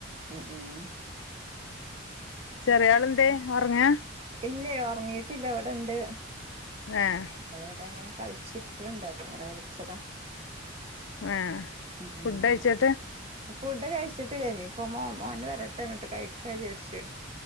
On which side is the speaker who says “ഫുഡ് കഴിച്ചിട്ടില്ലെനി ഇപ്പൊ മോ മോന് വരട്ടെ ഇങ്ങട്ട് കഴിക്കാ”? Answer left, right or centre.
Right